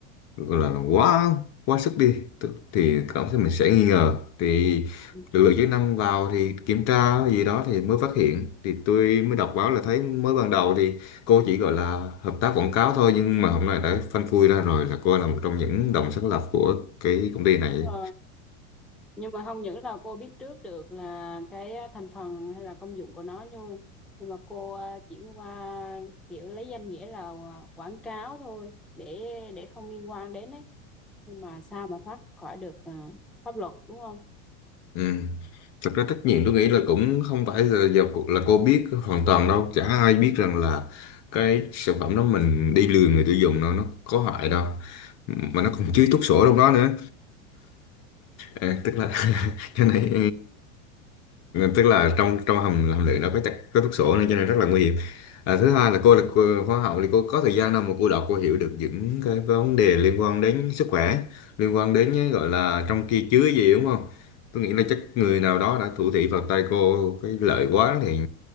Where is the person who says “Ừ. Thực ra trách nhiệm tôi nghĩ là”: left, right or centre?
Left